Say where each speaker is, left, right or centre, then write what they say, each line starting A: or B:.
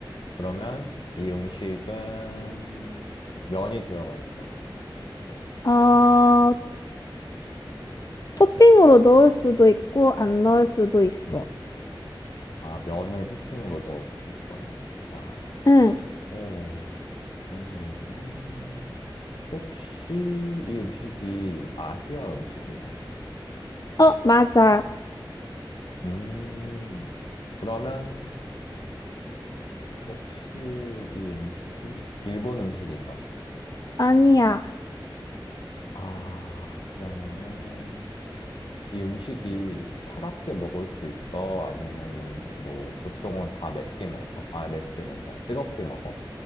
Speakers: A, on the left; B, on the left.
A: 그러면 이 음식은 면이 들어가 있어?
B: 어, 토핑으로 넣을 수도 있고, 안 넣을 수도 있어.
A: 음. 아, 면을 토핑으로 넣을 수도 있고 안 넣을 수도 있다.
B: 응,
A: 오. 그러면은 혹시 이 음식이 아시아 음식이야?
B: 어, 맞아.
A: 음, 그러면 혹시 이 음식이 일본 음식인가?
B: 아니야.
A: 아, 그러면은 이 음식이 차갑게 먹을 수 있어? 아니면은 뭐 보통은 다 맵게 먹어? 아, 맵게란다. 뜨겁게 먹어?